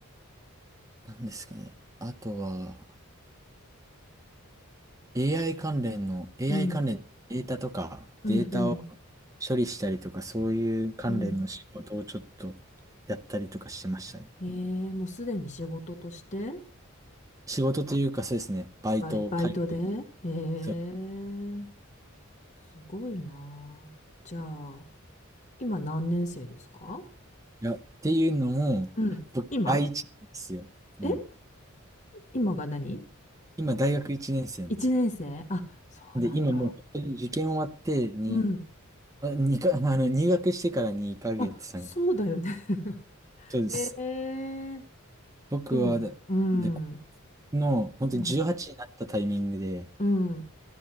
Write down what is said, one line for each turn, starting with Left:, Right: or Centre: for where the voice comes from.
Right: なんですかね。あとは、AI 関連の、AI
Left: うん、
Right: 関連のデータとか、
Left: うん、
Right: データを処理したりとか、そういう関連の仕事をちょっと
Left: うん。
Right: やったりとかしてましたね。
Left: ええもうすでに仕事として
Right: 仕事というか、そうですね、バイトを書いて、
Left: バイ、バイトでええ
Right: そう、
Left: すごいなあ。じゃあ、今何年生ですか
Right: いや、っていうのも、
Left: うん。
Right: 僕、
Left: 今
Right: 第一なんですよ、今。
Left: え今が何
Right: 今、大学一年生なんですよ。
Left: 一年生あ、そうなんだ。
Right: で、今もう本当に受験終わってに、
Left: うん。
Right: あにか、あの、入学してから2ヶ月、
Left: あ、
Right: 3、
Left: そうだよね。<laughs>
Right: そうです。
Left: ええ
Right: 僕はで、
Left: どううん。
Right: でこ
Left: う
Right: の、本当に18になったタイミングで、
Left: ん。うん